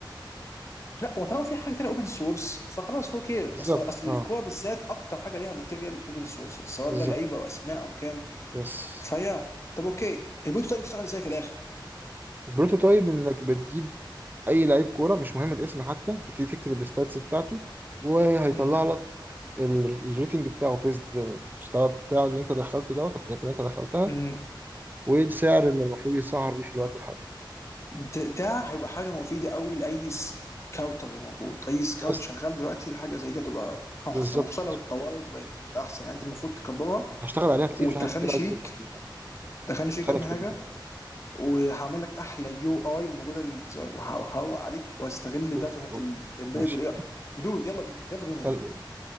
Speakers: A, on the left; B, on the right.
A: لا وطالما في حاجه تانية اوبن سورس فخلاص هو كده
B: بالظبط
A: اصل اصل الكوره
B: اه
A: بالذات اكتر حاجه ليها ماتيريال اوبن سورس سواء
B: بالظبط
A: بقى لعيبه او اسماء او كان
B: يس
A: فيا طب اوكي البوت طيب يشتغل ازاي في الاخر؟
B: البروتوتايب انك بتجيب اي لعيب كوره مش مهم الاسم حتى بتبتدي تكتب الستاتس بتاعته وهيطلع
A: مهم.
B: لك ال- الريتنج بتاعه بيست المستوى بتاعه اللي انت دخلته دوت والحاجات اللي انت دخلتها
A: مم.
B: والسعر اللي المفروض يسعر بيه في الوقت الحالي
A: ده ده هيبقى حاجه مفيده قوي لاي سكاوتر موجود اي سكاوت
B: بس
A: شغال دلوقتي حاجه زي ده تبقى تحفه
B: بالظبط
A: وخصوصا لو اتطورت وبقت احسن يعني انت المفروض تكبرها
B: هشتغل عليها كتير
A: وتدخلني
B: في حاجات كتير
A: شريك
B: عايز اضيفها فيها
A: دخلني شريك
B: خلك
A: اهم
B: شديد
A: حاجه
B: كده
A: وهعمل لك احلى يو اي موجوده للديزاين وهروق عليك واستغل الداتا
B: اوف
A: بتاعت
B: اوف
A: الامبيدد
B: أوف. ماشي
A: والاي اي. دود يلا بينا يلا بينا يا
B: <laughs>
A: دود
B: يلا